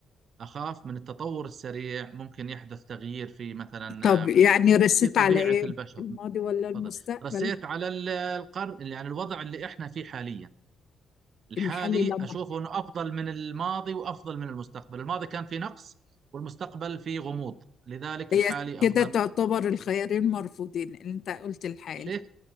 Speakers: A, on the right; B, on the left.
A: أخاف من التطور السريع ممكن يحدث تغيير في مثلا
B: طب
A: آه،
B: يعني رست
A: في طبيعة
B: على ايه
A: البشر
B: الماضي ولا المستقبل
A: تفضل رسيت على ال- القرن يعني الوضع اللي إحنا فيه حاليا الحالي
B: الحالي لما
A: أشوفه أنه أفضل من الماضي وأفضل من المستقبل الماضي كان فيه نقص والمستقبل فيه غموض لذلك
B: هي
A: الحالي
B: كده
A: أفضل
B: تعتبر الخيارين مرفوضين انت قلت الحالي
A: ليه